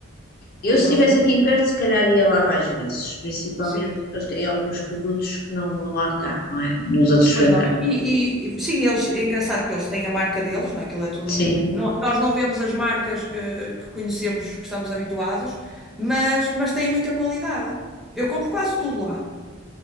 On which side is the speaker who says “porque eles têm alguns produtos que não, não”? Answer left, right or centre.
Left